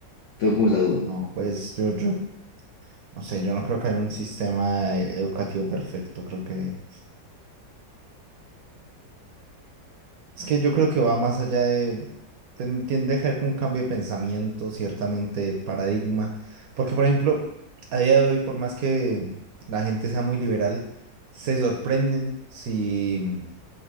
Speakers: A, on the left; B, on the right.
A: Tengo como esa duda.
B: No, pues yo, yo, no sé, yo no creo que haya un sistema eh, educativo perfecto. Creo que Es que yo creo que va más allá de, ten- tiende a ser como un cambio de pensamiento, ciertamente, de paradigma. Porque, por ejemplo, a día de hoy, por más que la gente sea muy liberal, se sorprenden si